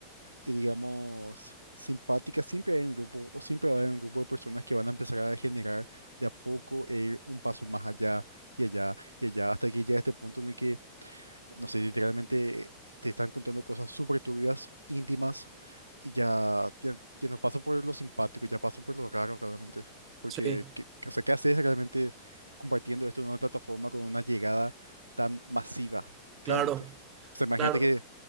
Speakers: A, on the right; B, on the right.
A: y digamos simpática, siempre hay un grupo, o siempre va a haber un grupo de personas que van a empezar a generar de a poco e ir un paso más allá y allá y allá, hasta que llega este punto en el que, no sé, literalmente te están contando cosas súper turbias, íntimas y ya, ya, ya no paso por lo simpático, ya paso por lo raro realmente. Porque,
B: Sí,
A: ¿qué, o sea, ¿qué haces realmente compartiendo esto en una plataforma con una llegada tan masiva
B: claro,
A: realmente? O sea, imagínate
B: claro.
A: que,